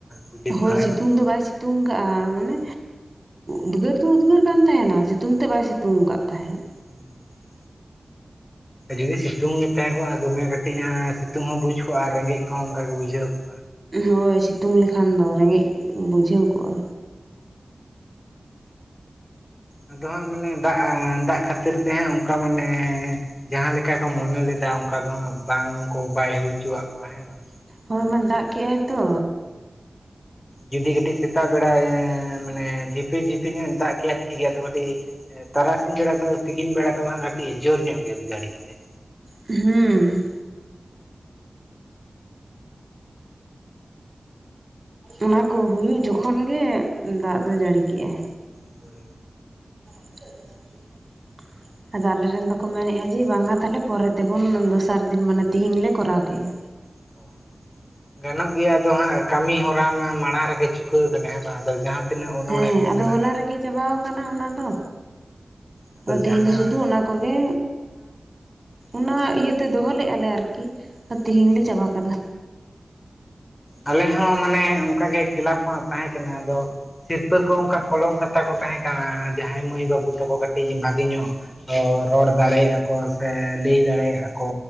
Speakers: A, on the left; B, on the right.
A: ᱵᱩᱡᱷᱟᱹᱣ
B: ᱦᱳᱭ
A: ᱫᱚ ᱦᱮᱸ
B: ᱥᱤᱛᱩᱝ
A: ᱵᱟᱝ
B: ᱫᱚ ᱵᱟᱭ ᱥᱤᱛᱩᱝ ᱠᱟᱜᱼᱟ ᱢᱟᱱᱮ, ᱩᱫᱽᱜᱟᱹᱨ ᱫᱚ ᱩᱫᱽᱜᱟᱹᱨ ᱠᱟᱱ ᱛᱟᱦᱮᱱᱟ ᱥᱤᱛᱩᱝ ᱛᱮᱜ ᱵᱟᱭ ᱥᱤᱛᱩᱝ ᱟᱠᱟᱫ ᱛᱟᱦᱮᱸᱫ᱾
A: <inaudible> ᱡᱩᱫᱤ ᱥᱤᱛᱩᱝ ᱛᱟᱦᱮᱸ ᱠᱚᱜᱼᱟ ᱫᱚᱢᱮ ᱠᱟᱹᱴᱤᱡ ᱦᱟᱸᱜ ᱥᱤᱛᱩᱝ ᱦᱚᱸ ᱵᱩᱡᱽ ᱠᱚᱜᱼᱟ ᱟᱨ ᱨᱮᱜᱮᱡ ᱠᱚᱦᱚᱸ ᱚᱱᱠᱟ ᱜᱮ ᱵᱩᱡᱷᱟᱹᱣ ᱠᱚᱣᱟ᱾
B: ᱦᱳᱭ ᱥᱤᱛᱩᱝ ᱞᱮᱠᱷᱟᱱ ᱫᱚ ᱨᱮᱸᱜᱮᱡ ᱵᱩᱡᱷᱟᱹᱣ ᱠᱚᱜᱼᱟ᱾
A: ᱟᱫᱚ ᱦᱟᱸᱜ ᱢᱟᱱᱮ ᱫᱟᱜ ᱫᱟᱜ ᱠᱷᱟᱹᱛᱤᱨ ᱛᱮ ᱦᱟᱸᱜ ᱚᱱᱠᱟ ᱢᱟᱱᱮ, ᱡᱟᱦᱟᱸ ᱞᱮᱠᱟ ᱠᱚ ᱢᱚᱱᱮ ᱞᱮᱫᱟ ᱚᱱᱠᱟ ᱫᱚ ᱦᱟᱸᱜ ᱵᱟᱝ ᱠᱚ ᱵᱟᱭ ᱦᱩᱭ ᱦᱚᱪᱚᱣᱟᱜ ᱠᱚᱣᱟ ᱦᱮᱸ ᱵᱟᱝ᱾
B: ᱦᱳᱭ ᱢᱟ ᱫᱟᱜ ᱠᱮᱜᱟᱭ ᱛᱚ,
A: ᱡᱩᱫᱤ ᱠᱟᱹᱴᱤᱡ ᱥᱮᱛᱟᱜ ᱵᱮᱲᱟ ᱢᱟᱱᱮ ᱡᱷᱤᱯᱤ ᱡᱷᱤᱯᱤ ᱧᱚᱜᱼᱮ ᱫᱟᱜ ᱠᱮᱭᱟ ᱴᱷᱤᱠ ᱜᱮᱭᱟ ᱛᱚ ᱠᱟᱹᱴᱤᱡ, ᱛᱟᱨᱟᱥᱤᱧ ᱵᱮᱲᱟ ᱫᱚ ᱛᱤᱠᱤᱱ ᱵᱮᱲᱟ ᱫᱚ ᱠᱟᱹᱴᱤᱡ ᱡᱳᱨ ᱧᱚᱜ ᱜᱮ ᱠᱮᱫᱟᱭ᱾
B: ᱦᱩᱸ, ᱚᱱᱟᱠᱩ ᱦᱩᱭᱩᱜ ᱡᱚᱠᱷᱚᱱ ᱜᱮ ᱫᱟᱜ ᱫᱚ ᱡᱟᱹᱲᱤ ᱠᱮᱜᱼᱟᱭ
A: ᱦᱳᱭ,
B: <inaudible> ᱟᱫᱚ ᱟᱞᱮᱨᱮᱱ ᱫᱚᱠᱚ ᱢᱮᱱᱮᱜᱼᱟ ᱡᱮ ᱵᱟᱝᱟ ᱛᱟᱦᱞᱮ ᱯᱚᱨᱮ ᱛᱮᱵᱚᱱ ᱫᱚᱥᱟᱨ ᱫᱤᱱ ᱢᱟᱱᱮ ᱛᱮᱦᱤᱧ ᱞᱮ ᱠᱚᱨᱟᱣ ᱠᱮᱫᱼᱟ᱾
A: <inaudible> ᱜᱟᱱᱚᱜ ᱜᱮᱭᱟ ᱟᱫᱚ ᱦᱟᱸᱜ ᱠᱟᱹᱢᱤ ᱦᱚᱨᱟ ᱢᱟ ᱢᱟᱲᱟᱝ ᱨᱮᱜᱮ ᱪᱩᱠᱟᱹᱣ ᱠᱟᱱᱟ ᱟᱫᱚ ᱡᱟᱸᱦᱟ, ᱛᱤᱱᱟᱹᱜ ᱚᱱᱚᱲᱦᱮ
B: ᱦᱮᱸ
A: ᱠᱚ
B: ᱟᱫᱚ
A: ᱢᱮᱱᱟᱜᱼᱟ᱾
B: ᱦᱚᱞᱟ ᱨᱮᱜᱮ ᱪᱟᱵᱟᱣ ᱟᱠᱟᱱᱟ ᱚᱱᱟ ᱫᱚ᱾
A: ᱟᱫᱚ
B: ᱛᱤᱦᱤᱧ
A: ᱡᱟᱦᱟᱸ
B: ᱫᱚ ᱥᱩᱫᱷᱩ ᱩᱱᱟ ᱠᱚᱜᱮ ᱚᱱᱟ ᱤᱭᱟᱹᱛᱮ ᱫᱚᱦᱚ ᱞᱮᱜ-ᱟ ᱞᱮ ᱟᱨᱠᱤ᱾ ᱛᱮᱦᱮᱧ
A: ᱦᱳᱭ
B: ᱞᱮ ᱪᱟᱵᱟ ᱠᱟᱫᱟ᱾
A: ᱟᱞᱮ ᱦᱚᱸ ᱢᱟᱱᱮ ᱚᱱᱠᱟᱜᱮ ᱠᱞᱟᱵᱽ ᱠᱷᱚᱱᱟᱜ ᱛᱟᱦᱮᱸ ᱠᱟᱱᱟ ᱟᱫᱚ ᱥᱤᱨᱯᱟᱹ ᱠᱚ ᱚᱱᱠᱟ ᱠᱚᱞᱚᱢ ᱠᱷᱟᱛᱟ ᱠᱚ ᱛᱟᱦᱮᱸ ᱠᱟᱱᱟ ᱡᱟᱦᱟᱸᱭ ᱢᱟᱹᱭ ᱵᱟᱹᱵᱩ ᱛᱟᱠᱚ ᱠᱟᱹᱴᱤᱡ ᱵᱷᱟᱜᱮ ᱧᱚᱜ ᱨᱚᱲ ᱫᱟᱲᱮᱭᱟᱜᱼᱟ ᱠᱚ ᱥᱮ ᱞᱟᱹᱭ ᱫᱟᱲᱮᱭᱟᱜᱼᱟ ᱠᱚ